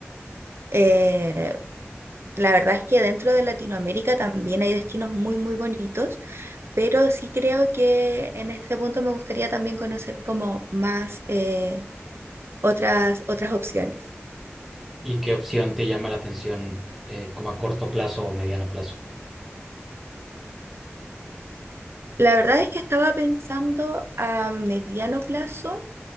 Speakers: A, on the right (about 60°); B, in the centre.
A: eh, La verdad es que dentro de Latinoamérica también hay destinos muy, muy bonitos, pero sí creo que en este punto me gustaría también conocer como más eh, otras, otras opciones.
B: ¿Y qué opción te llama la atención eh, como a corto plazo o mediano plazo?
A: La verdad es que estaba pensando a mediano plazo,